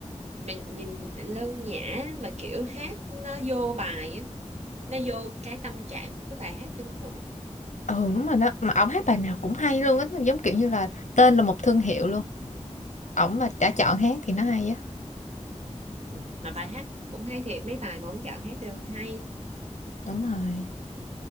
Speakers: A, on the right; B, on the left.
A: mình nhìn Lân Nhã mà kiểu hát nó vô bài á, nó vô cái tâm trạng của cái bài hát kinh khủng
B: ừ đúng rồi đó mà ổng hát bài nào cũng hay luôn á giống kiểu như là tên là một thương hiệu luôn ổng mà đã chọn hát thì nó hay á
A: ừ. mà bài hát cũng hay thiệt mấy bài mà ông chọn hát đều hay
B: đúng rồi